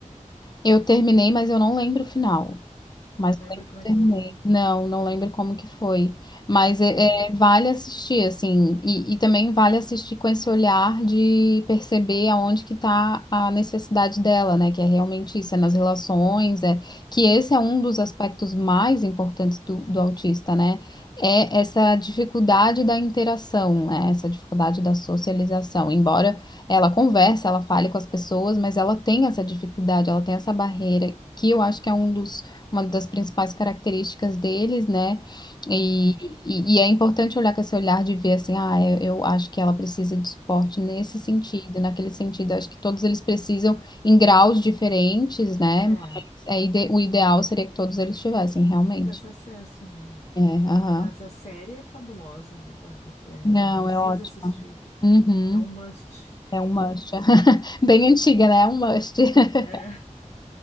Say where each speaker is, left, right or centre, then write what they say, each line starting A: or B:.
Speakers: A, on the left (about 30°); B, on the left (about 55°).
A: Eu terminei, mas eu não lembro o final.
B: Não
A: Mas
B: lembra
A: eu lembro
B: como
A: que
B: é
A: terminei.
B: que foi?
A: Não, não lembro como que foi. Mas é,
B: Aham.
A: é, vale assistir, assim, e, e também vale assistir com esse olhar de perceber aonde que tá a necessidade dela, né? Que é realmente isso, é nas relações, é que esse é um dos aspectos mais importantes do, do autista, né? É essa dificuldade da interação, né? Essa dificuldade da socialização. Embora ela converse, ela fale com as pessoas, mas ela tem essa dificuldade, ela tem essa barreira, que eu acho que é um dos uma das principais características deles, né? E,
B: Ah.
A: e, e é importante olhar com esse olhar de ver assim, ah, eu, eu acho que ela precisa de suporte nesse sentido, naquele sentido, acho que todos eles precisam em graus diferentes, né?
B: É,
A: Mas é ide- o ideal seria que todos eles tivessem, realmente.
B: tivesse acesso, né?
A: É, aham.
B: Mas a série é fabulosa, né, Bárbara? É,
A: Não,
B: precisa
A: é ótimo.
B: assistir.
A: Uhum.
B: É um must.
A: É um must. <laughs> Bem antiga, né? É um must. <laughs>
B: É,